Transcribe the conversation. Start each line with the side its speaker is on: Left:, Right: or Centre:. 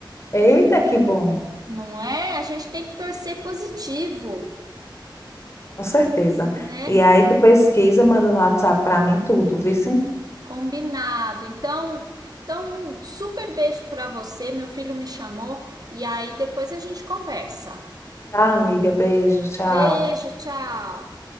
Left: Eita, que bom.
Right: Não é? A gente tem que torcer positivo,
Left: Com certeza.
Right: né?
Left: E aí tu pesquisa, manda no WhatsApp pra mim tudo, viu? sim?
Right: Combinado. Então, então um super beijo para você. Meu filho me chamou e aí depois a gente conversa.
Left: Tá, amiga. Beijo, tchau.
Right: Beijo, tchau.